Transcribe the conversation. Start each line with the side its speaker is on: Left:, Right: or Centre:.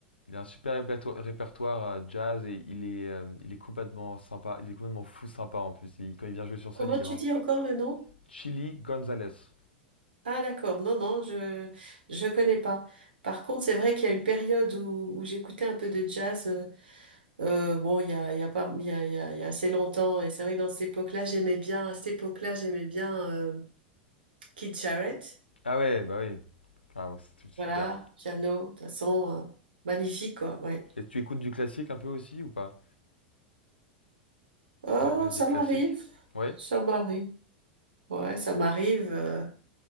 Left: il a un super réperto- répertoire, euh, jazz et il est, euh, il est complètement sympa. Il est complètement fou sympa en plus. Il- quand il vient jouer sur scène,
Right: comment
Left: il
Right: tu
Left: est. un-
Right: dis encore le nom?
Left: Chili Gonzalez.
Right: Ah d'accord, non, non, je je connais pas. Par contre, c'est vrai qu'il y a une période où, où j'écoutais un peu de jazz. euh, euh, bon, il y a, il y a pas, il y a, il y a, il y a assez longtemps. Et c'est vrai que dans cette époque-là, j'aimais bien. À cette époque-là, j'aimais bien euh, Keith Jarrett.
Left: Ah ouais, bah oui. Ah ouais, c'était super.
Right: Voilà, piano, de toute façon, euh, magnifique quoi. Ouais.
Left: Et tu écoutes du classique un peu aussi ou pas?
Right: Oh,
Left: La musique
Right: ça
Left: classique?
Right: m'arrive,
Left: Ouais?
Right: ça m'arrive. Ouais, ça m'arrive. euh,